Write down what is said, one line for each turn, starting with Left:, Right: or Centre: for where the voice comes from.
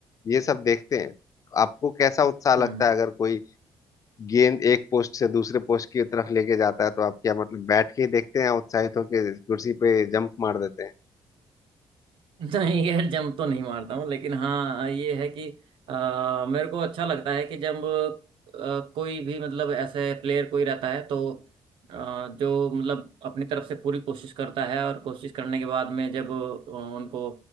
Left: ये सब देखते हैं आपको कैसा उत्साह लगता
Right: हम्म
Left: है अगर कोई गेंद एक पोस्ट से दूसरे पोस्ट की तरफ लेके जाता है तो आप क्या मतलब बैठ के ही देखते हैं या उत्साहित होकर कुर्सी पे जंप मार देते हैं
Right: <laughs> नहीं यार जंप तो नहीं मारता हूँ लेकिन हाँ ये है कि आ, मेरे को अच्छा लगता है कि जब अ, कोई भी मतलब ऐसे प्लेयर कोई रहता है तो अ, जो मतलब अपनी तरफ से पूरी कोशिश करता है और कोशिश करने के बाद में जब अ, उनको